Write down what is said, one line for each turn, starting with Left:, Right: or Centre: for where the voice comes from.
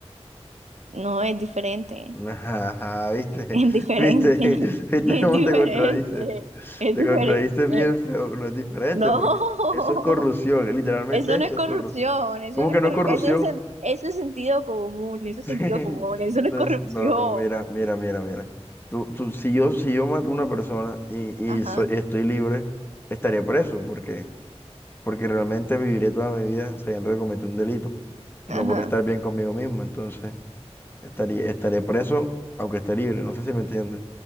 Right: No, es diferente.
Left: <laughs> Ajá, ajá, viste,
Right: Es diferente.
Left: <laughs> viste,
Right: <laughs>
Left: <laughs> viste
Right: Es
Left: cómo
Right: diferente.
Left: te contradices.
Right: Es
Left: Te
Right: diferente.
Left: contradices bien feo, no es diferente
Right: No.
Left: porque eso es corrupción, literalmente
Right: <laughs> Eso
Left: eso
Right: no es corrupción.
Left: es corrupción.
Right: Eso
Left: ¿Cómo
Right: no
Left: que
Right: es corru-
Left: no es corrupción?
Right: Eso es, sen- eso es sentido común.
Left: <laughs>
Right: Eso es
Left: Sí,
Right: sentido común. Eso no
Left: no,
Right: es corrupción.
Left: es- no, no, mira, mira, mira, mira. Tú, tú, si yo, si yo mato a una persona y,
Right: Ajá.
Left: y soy- estoy libre, estaría preso, porque, porque realmente viviré toda mi vida sabiendo que cometí un delito y
Right: Ajá.
Left: no por estar bien conmigo mismo. Entonces, estaría, estaré preso aunque esté libre. No sé si me entiendes.